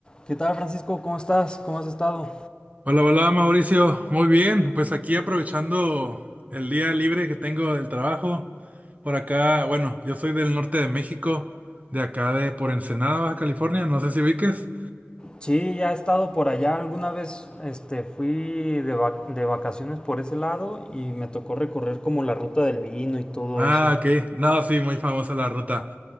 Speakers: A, on the left (about 20°); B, on the right (about 35°).
A: ¿Qué tal, Francisco? ¿Cómo estás? ¿Cómo has estado?
B: Hola, hola Mauricio, muy bien, pues aquí aprovechando el día libre que tengo del trabajo, por acá, bueno, yo soy del norte de México, de acá de por Ensenada, Baja California, no sé si ubiques.
A: Sí, ya he estado por allá. Alguna vez este, fui de, vac- de vacaciones por ese lado y me tocó recorrer como la ruta del vino y todo
B: Ah,
A: eso.
B: ok, no, sí, muy famosa la ruta.